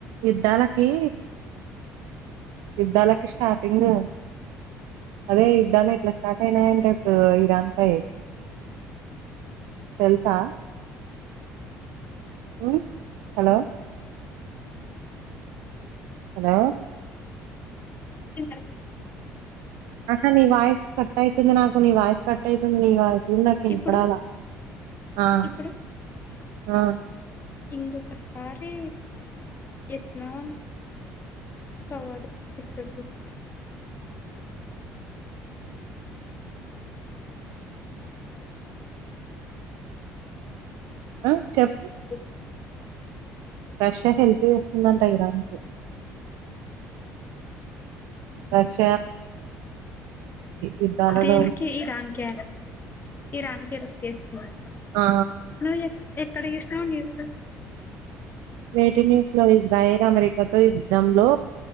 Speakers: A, on the right (about 80°); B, on the left (about 35°).
A: యుద్ధాలకి యుద్ధాలకి స్టార్టింగ్ అదే యుద్ధాలు ఏట్లా స్టార్ట్ అయినాయింటే ఇప్పుడు ఇరాన్ పై తెలుసా మ్ హలో హలో
B: ఏం క <unintelligible>
A: ఆహా నీ వాయిస్ కట్ ఐతుంది నా <unintelligible> నీ వాయిస్ కట్ ఐతుంది నీ వాయిస్ ఇందాక ఇనపడాల
B: ఇప్పుడు
A: ఆ
B: ఇప్పుడు
A: ఆ
B: ఇంకొకసారి ఎత్నావ <unintelligible>
A: ఆ చప్
B: ఓ
A: రష్యా హెల్ప్ చేస్తుందంట ఇరాన్ కు బస్ యుద్ధాలలో
B: దేనికి ఇరాన్ కా ఇరాన్ కి హెల్ప్ చేస్తుందా
A: ఆ
B: నువ్ ఎక్కడ చూసినావ్ న్యూస్
A: వే టూ న్యూస్ లో ఇజ్రాయల్ అమెరికాతో యుద్ధంలో